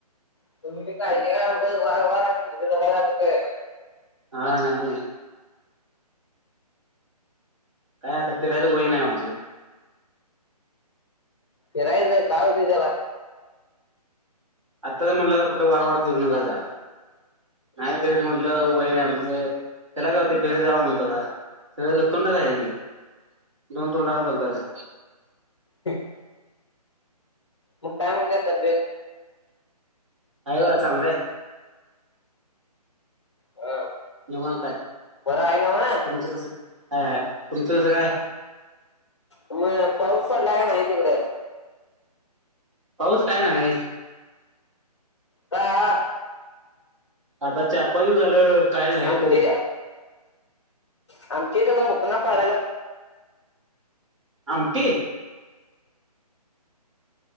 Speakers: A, on the left (about 45°); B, on the right (about 50°).
A: तुम्ही पण काळजी घ्या का <unintelligible>
B: हा नाही नाही काय आता फिरायचं वय नाही आमचं
A: फिरायचय काय होतंय त्याला
B: आत्ता तर म्हणलं तर कुठे वार वार फिरू नका स नाही फिर म्हटलं वय नाही आमच त्याला काय होतय फिरा जाव म्हणतोसा सगळ तोंडाला आहे की दोन तोंडाना बोलतासा
A: ह <unintelligible> मग काय म्हणत्या तब्येत
B: हाय बघा चांगलय
A: अ
B: निवांत आहे
A: बरं आहे नव्ह
B: तुमचं कसंय हय हाय तुमचं कसं काय
A: मग पाऊस पडलाय काय नाही तिकडे
B: पाऊस काय नाही
A: का
B: आता चार पाच दिवस झालं काय नाही
A: आमचे
B: पाऊस
A: आमचे इथं बुकना पाडाल्यात
B: आमटी